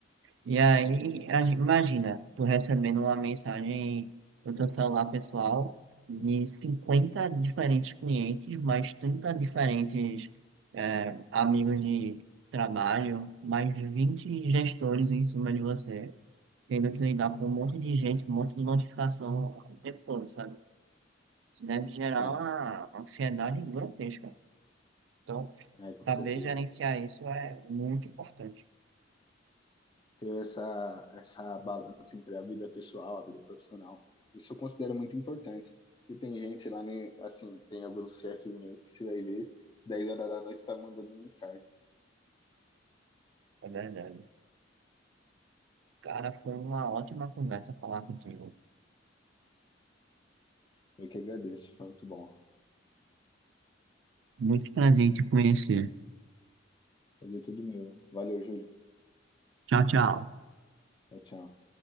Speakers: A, on the right; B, on the left.
A: E aí, a gen- imagina, tu recebendo uma mensagem no teu celular pessoal de 50 diferentes clientes, mais 30 diferentes eh, amigos de trabalho, mais 20 gestores em cima de você, tendo que lidar com um monte de gente, um monte de notificação o tempo todo, sabe? Isso Deve gerar
B: Sim,
A: uma ansiedade grotesca. Então,
B: é,
A: saber
B: com certeza.
A: gerenciar isso é muito importante,
B: Ter essa, essa balança entre a vida pessoal, a vida profissional, isso eu considero muito importante. e tem gente lá, né, assim, tem alguns chefes meus que você vai ver, 10 horas da noite tá mandando mensagem.
A: é verdade. Cara, foi uma ótima conversa falar contigo.
B: Eu que agradeço, foi muito bom.
A: Muito prazer em te conhecer.
B: Fazer tudo meu. Valeu, Júlio.
A: Tchau, tchau.
B: Tchau, tchau.